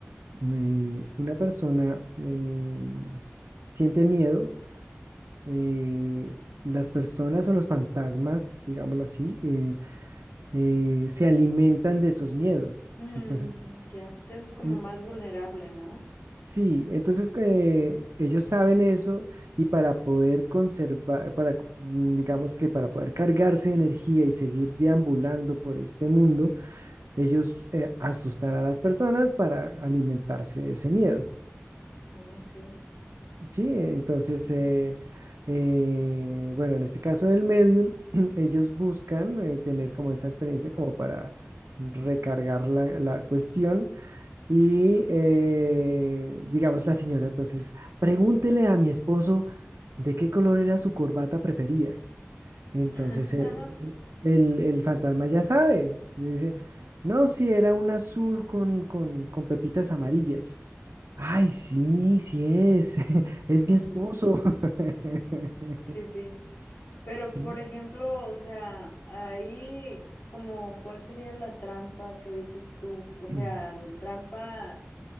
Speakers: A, on the right; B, on the left.
A: eh, una persona eh, siente miedo, eh, las personas o los fantasmas, digámoslo así, eh, eh, se alimentan de esos miedos.
B: Mm,
A: Entonces,
B: ya, te haces como
A: mm,
B: más vulnerable, ¿no?
A: sí, entonces eh, ellos saben eso y para poder conservar, para, mm, digamos que para poder cargarse de energía y seguir deambulando por este mundo, ellos eh, asustan a las personas para alimentarse de ese miedo.
B: Ok,
A: Sí, entonces,
B: sí.
A: eh, eh, bueno, en este caso del medium, <clears throat> ellos buscan eh, tener como esa experiencia como para recargar la, la cuestión y, eh, digamos, la señora, entonces, pregúntele a mi esposo de qué color era su corbata preferida. Entonces,
B: <laughs>
A: eh, el, el fantasma ya sabe, dice, no, si era un azul con, con, con pepitas amarillas. Ay, sí, sí es. <laughs> Es
B: Ujú,
A: mi esposo. <laughs>
B: Sí, sí. Pero,
A: Sí.
B: por ejemplo, o sea, ahí como, ¿cuál sería la trampa que dices tú? O sea,
A: <clears throat>
B: la trampa,